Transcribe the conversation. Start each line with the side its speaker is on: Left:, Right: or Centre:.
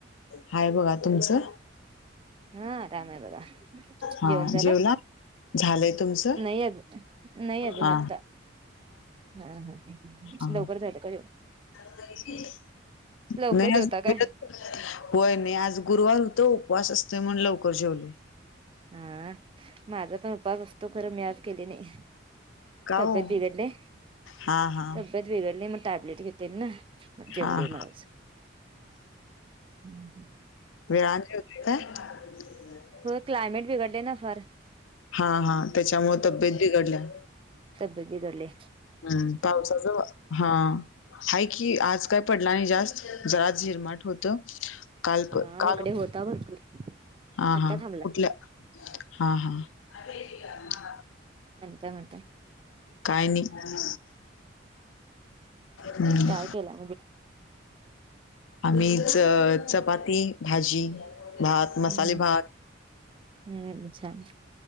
Left: हाय बघा तुमचं.
Right: हा आराम आहे बघा.
Left: हा
Right: जेवण झालं?
Left: जेवला झालंय तुमचं
Right: नही अजून. नाही अजून
Left: हा
Right: आता. हा हा
Left: हा
Right: लवकर झायल का जेव
Left: <unintelligible>
Right: लवकर
Left: नाही
Right: जेवता
Left: अजून
Right: काय
Left: ईडच होय मी आज गुरुवार होतो. उपवास असतोय म्हणून लवकर जेवलोय.
Right: हा माझा पण उपास असतो खरं. मी आज केले नाही.
Left: का
Right: त्बतले
Left: ओ
Right: बिघडली.
Left: हा हा
Right: तब्येत बीगडले म टॅबलेट घेते ना. जेवले
Left: हा हा
Right: म आज. <unintelligible>
Left: वेळा आपले होते का? - <unintelligible>
Right: होय क्लायमेट बिघडले ना फार.
Left: हा... हा... त्याच्यामुळे तब्येत बिघडल्या.
Right: <inaudible> बगले
Left: हम्म... पावसाच हा... आहे की, आज काय पडला नाही जास्त जरा झिरमाट होत. काल..
Right: हा
Left: काल
Right: <unintelligible>
Left: हा...
Right: आत्ता
Left: हा...
Right: थांबला
Left: कुठल्या हा... हा
Right: आणि काय म्हणता
Left: काय नाही हं.
Right: काय केलं
Left: आम्ही च चपाती भाजी भात, मसाले
Right: हम्म..
Left: भात.
Right: हम्म.. छान